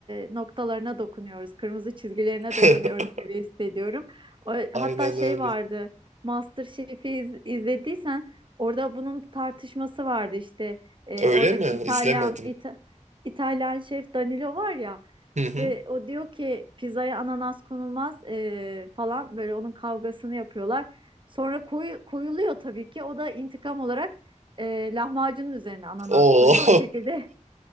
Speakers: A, on the right; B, on the right.
A: e, noktalarına dokunuyoruz, kırmızı çizgilerine dokunuyoruz
B: <laughs>
A: gibi hissediyorum. O, hatta
B: Aynen
A: şey
B: öyle.
A: vardı, MasterChef'i iz, izlediysen orada bunun tartışması vardı işte E,
B: Öyle
A: oradaki
B: mi?
A: İtalyan
B: İzlemedim.
A: İta- İtalyan şef Danilo var ya
B: Hı
A: işte
B: hı.
A: o diyor ki pizzaya ananas konulmaz e, falan böyle onun kavgasını yapıyorlar. Sonra koyu, koyuluyor tabii ki o da intikam olarak e, lahmacunun üzerine ananas
B: Oo.
A: koyuyor
B: <laughs>
A: o şekilde.